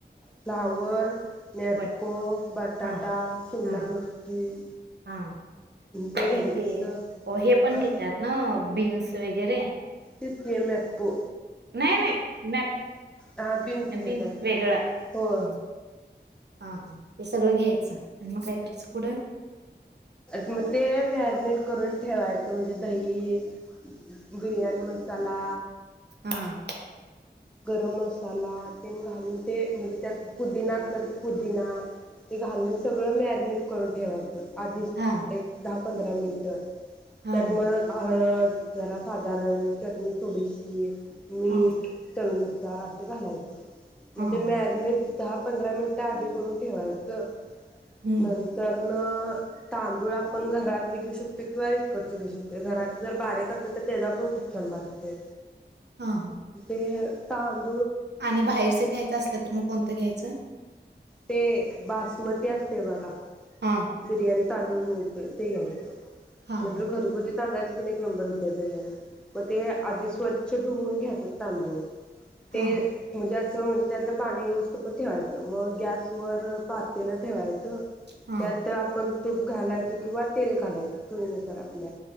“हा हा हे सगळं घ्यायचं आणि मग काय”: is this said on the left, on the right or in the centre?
Right